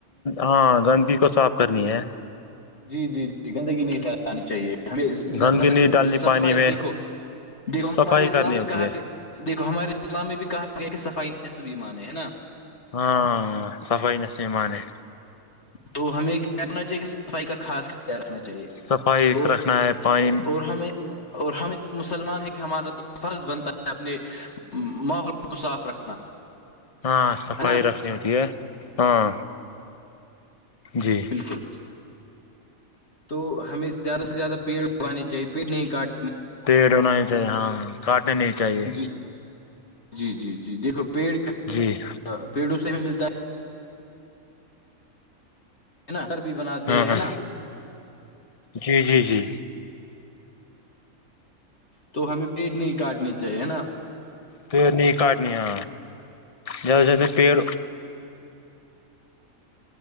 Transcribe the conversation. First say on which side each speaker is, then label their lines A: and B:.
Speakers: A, on the left; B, on the left.
A: ہاں گندگی کو صاف کرنی ہے
B: جی جی جی گندگی نہیں پھیلانی چاہیے ہمیں زیادہ
A: گندگی نہیں
B: سے
A: ڈالنی
B: صفائی
A: پانی میں
B: دیکھو دیکھو ہمارے
A: صفائی
B: اسلامی
A: کرنی ہوتی
B: کہا
A: ہے
B: گئے دیکھو ہمارے اسلام میں بھی کہا گیا ہے کہ صفائی ن س بھی مانے ہے نا
A: ہاں صفائ ن سے مانے
B: تو ہمیں کیا رنااہے کہ صفائی کا خا خیال رکھنا چاہیے چاہے
A: صفائی
B: اور
A: رکھنا ہے پانی
B: اور ہمیں اور ہم ایک مسلمان ہے کہ ہمارا تو فرض بنتا ہے اپنے ماحول کو صاف رکھنا
A: ہاں صفائی
B: ہے نا
A: رکھنی ہوتی ہے ہاں جی
B: الکل تو ہمیں زیادہ سے زیادہ پیڑ اگانے چاہیے پیڑ نہیں کاٹ
A: پیڑ ہونا نہیں چاہیے ہاں ہاں کٹ نہیں چاہیے
B: جی جی جی جی دیکھو پیڑ کا
A: جی
B: پیڑوں سے بھی ملتا ہے ہے نا گھر بھی بناتے
A: ہاں
B: ہیں نا <unintelligible>
A: جی جی جی
B: تو ہمیں پیٹ نہیں کاٹنے چاہیے ہے نا
A: پیڑ نہیں کاٹنی ہ زیادہ زد پیڑ